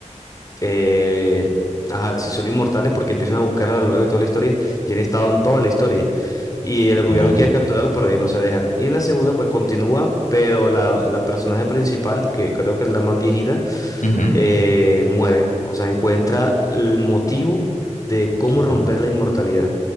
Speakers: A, on the left; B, on the left.
A: eh, ajá, si son inmortales porque empiezan a buscarlos a lo largo de toda la historia y han estado en toda la historia. Y el gobierno
B: Ah,
A: quiere capturarlos, pero ellos no se dejan. Y en la segunda, pues continúa, pero la, la personaje principal, que creo que es la más viejita,
B: ujú.
A: eh, muere. O sea, encuentra el motivo de cómo
B: Okay.
A: romper la inmortalidad